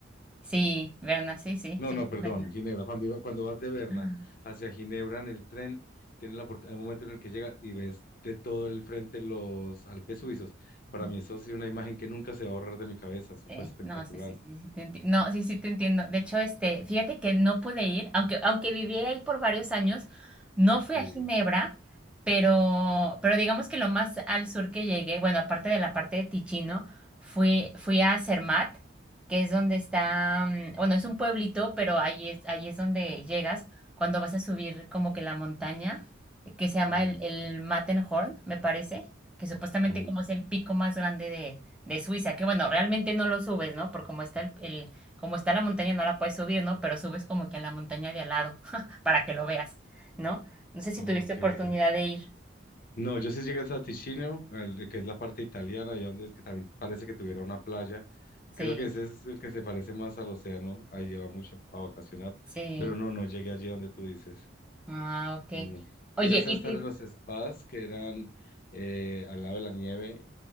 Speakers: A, in the centre; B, on the left.
A: sí, Berna, sí, sí,
B: No,
A: sí,
B: no,
A: Berna.
B: perdón, Ginebra. Cuando iba- cuando vas de Berna
A: Ah,
B: hacia Ginebra en el tren, tienes la oportunidad, hay un momento en el que llega y ves de todo el frente los Alpes suizos. Para
A: mm.
B: mí eso ha sido una imagen que nunca se va a borrar de mi cabeza. Eso
A: Eh,
B: fue espectacular.
A: no, sí, sí, sí, sí, te enti- No, sí, sí, te entiendo. De hecho, este, fíjate que no pude ir, aunque, aunque viví ahí por varios años, no fui
B: Sí,
A: a Ginebra, pero, pero digamos que lo más al sur que llegué, bueno, aparte de la parte de Ticino, fui, fui a Zermatt, que es donde está, mm, bueno, es un pueblito, pero ahí es, ahí es donde llegas cuando vas a subir como que la montaña, eh, que se
B: sí.
A: llama el, el Matterhorn, me parece, que supuestamente
B: No,
A: como es el pico más grande de Suiza, que bueno, realmente no lo subes, ¿no? Por cómo está el, el, como está la montaña no la puedes subir, ¿no? Pero subes como que a la montaña de al lado, <laughs> para que lo veas, ¿no? No sé si
B: ok,
A: tuviste Ok. oportunidad
B: sí.
A: de ir.
B: No, yo sí llegué a Ticino, al- que es la parte italiana, y donde es que también parece que tuviera una playa.
A: Sí,
B: Creo que ese es el que se parece más al océano, ahí lleva mucho a vacacionar,
A: sí.
B: pero no, no llegué allí donde tú dices.
A: Ah, ok.
B: No, no. Llegaste
A: Oye, y
B: a estar
A: te-
B: en los spas que eran eh, al lado de la nieve,